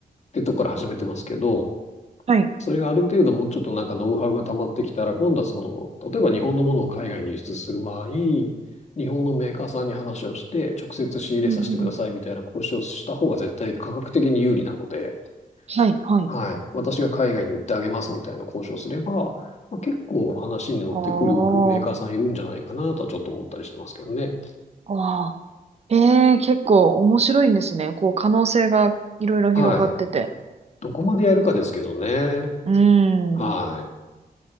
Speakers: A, on the left (about 50°); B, on the right (about 45°).
A: てとこから始めてますけど、
B: はい。
A: それがある程度もうちょっとなんかノウハウが溜まってきたら、今度はその、例えば日本のものを海外に輸出する場合、日本のメーカーさんに話をして、直接仕入れさせてくださいみたいな交渉をした方が絶対価格的に有利なので、
B: うん、うん。はい、はい。
A: はい。私が海外に売ってあげますみたいな交渉すれば、まあ、結構話に乗ってくるメーカーさんいるんじゃないかなとはちょっと思ったりしてますけどね。
B: ああ、ああ。ええ、結構面白いんですね。こう、可能性がいろいろ広がってて。
A: はい。どこまでやるかですけどね。
B: うん。
A: はい。